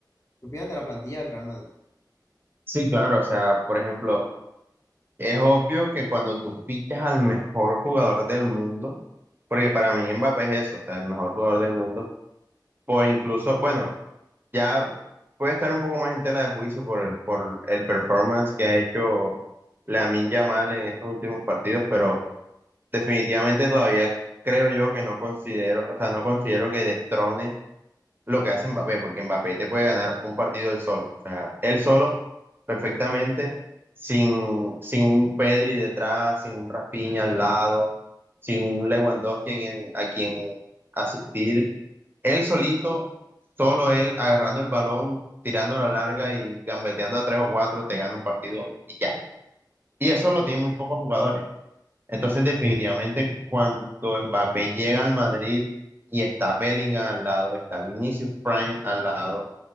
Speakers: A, on the left; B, on the right.
A: ¿Qué opinas de la plantilla del Real Madrid?
B: Sí, claro, o sea, por ejemplo, es obvio que cuando tú fichas al mejor jugador del mundo, porque para mí Mbappé es eso, o sea, el mejor jugador del mundo por incluso, bueno, ya puede estar un poco más en tela de juicio por el, por el performance que ha hecho Lamine Yamal en estos últimos partidos, pero definitivamente todavía creo yo que no considero, o sea, no considero que destrone lo que hace Mbappé, porque Mbappé te puede ganar un partido él solo, o sea, él solo perfectamente, sin, sin un Pedri detrás, sin un Rafinha al lado, sin un Lewandowski a quien, a quien asistir, él solito, solo él agarrando el balón, tirando la larga y gambeteando a tres o cuatro, te gana un partido y ya. Y eso lo tienen muy pocos jugadores. Entonces, definitivamente, cuando Mbappé llega al Madrid y está Bellingham al lado, está Vinicius Prime al lado,